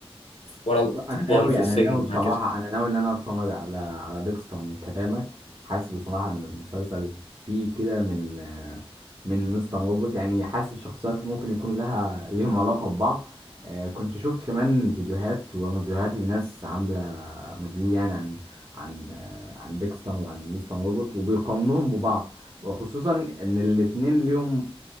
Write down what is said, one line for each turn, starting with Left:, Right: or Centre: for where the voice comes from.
Left: ورا القضبان
Right: لا، انا ناوي
Left: في السجن
Right: انا ناوي بصراحه
Left: وهكذا
Right: انا ناوي ان انا اتفرج على على ديكستر من كلامك حاسس بصراحه ان المسلسل فيه كده من آه، من مستر روبوت يعني حاسس الشخصيات اللي ممكن يكون لها ليهم علاقه ببعض آه، كنت شفت كمان فيديوهات وريفيوهات لناس عامله ريفيو يعني عن عن آه، عن ديكستر وعن مستر روبوت وبيقارنوهم ببعض وخصوصا ان الاتنين ليهم